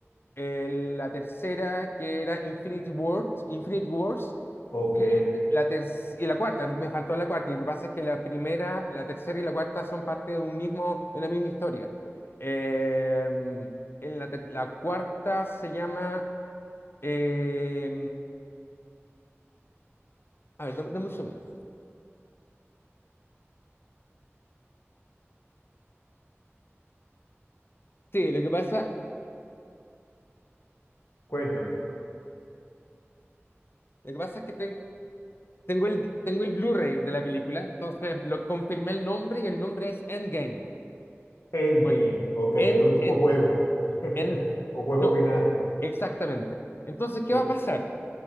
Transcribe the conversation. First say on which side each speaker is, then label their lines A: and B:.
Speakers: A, on the left (about 50°); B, on the left (about 75°).
A: el- la tercera que era Infinity Wars, Infinity Wars,
B: ok.
A: y la, ter- y la cuarta, me faltó la cuarta. Lo que pasa es que la primera, la tercera y la cuarta son parte de un mismo, de una misma historia. Eh, en la, ter- la cuarta se llama. eh, a ver, dame, dame un segundo. Sí, lo que pasa,
B: Cuéntame.
A: lo que pasa es que ten- tengo el, tengo el Blu-ray de la película, entonces lo confirmé el nombre y el nombre es Endgame.
B: Endgame.
A: Bueno,
B: Ok, el
A: End,
B: último
A: End-
B: juego. <laughs>
A: En-
B: O juego
A: No,
B: final.
A: exactamente. Entonces, ¿qué
B: Eh,
A: va a pasar?